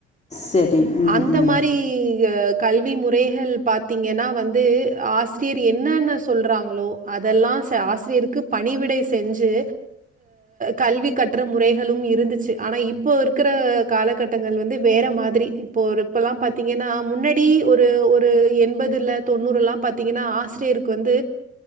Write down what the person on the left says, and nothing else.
சரி. ம்,
ம்.